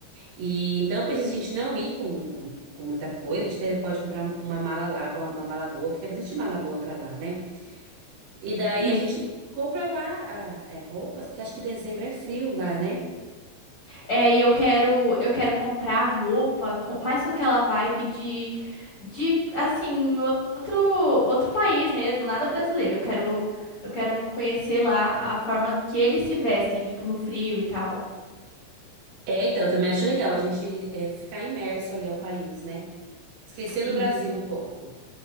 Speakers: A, on the right; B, on the left.
A: E então eu pensei a gente não ir com, com muita coisa, a gente até pode comprar uma mala lá, uma uma mala boa, porque tem bastante mala boa pra lá, né? E daí
B: Isso.
A: a gente compra lá ah, é, roupas, porque acho que dezembro é frio lá, né?
B: É, e eu quero, eu quero comprar roupa, com- mais com aquela vibe de, de assim, o- outro, outro país mesmo, nada brasileiro. Eu quero, eu quero conhecer lá a forma que eles se vestem, tipo, no frio e tal.
A: É, então, eu também acho legal a gente é, ficar imerso ali ao país, né? Esquecer
B: Isso.
A: do Brasil um pouco.